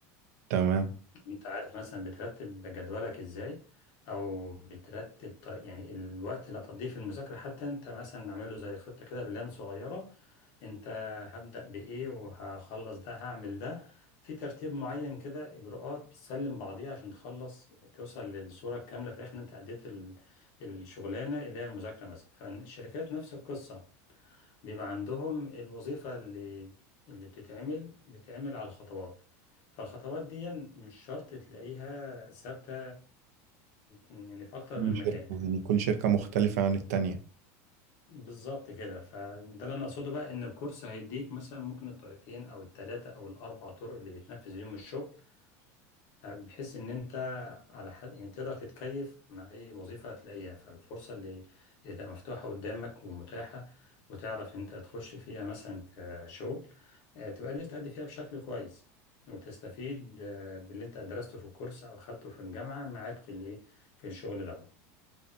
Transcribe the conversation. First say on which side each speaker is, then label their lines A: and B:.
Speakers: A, on the right; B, on the left.
A: تمام
B: انت عارف مثلا بترتب جدولك ازاي او بترتب ط- يعني الوقت اللي هتقضيه في المذاكره حتى انت مثلا عامله زي خطه كده بلان صغيره انت هبدا بايه وهخلص ده هعمل ده في ترتيب معين كده اجراءات بتسلم بعضيها عشان تخلص توصل للصوره الكامله في الاخر ان انت اديت ال- الشغلانه اللي هي المذاكره مثلا فالشركات نفس القصه بيبقى عندهم الوظيفة اللي اللي بتتعمل بتتعمل على الخطوات فالخطوات دي مش شرط تلاقيها ثابتة يعني في أكتر
A: كل
B: من
A: شركة
B: مكان
A: يعني كل شركة مختلفة عن التانية
B: بالظبط كده فده اللي أنا أقصده بقى إن الكورس هيديك مثلا ممكن الطريقتين أو التلاتة أو الأربع طرق اللي بيتنفذ بيهم الشغل طيب، بحيث ان انت على حد يعني تقدر تتكيف مع اي وظيفه هتلاقيها فالفرصه اللي اللي تبقى مفتوحه قدامك ومتاحه وتعرف انت تخش فيها مثلا كشغل آه، تبقى قادر تأدي فيها بشكل كويس وتستفيد آه، باللي انت درسته في الكورس او اخدته في الجامعه معاك في الايه في الشغل ده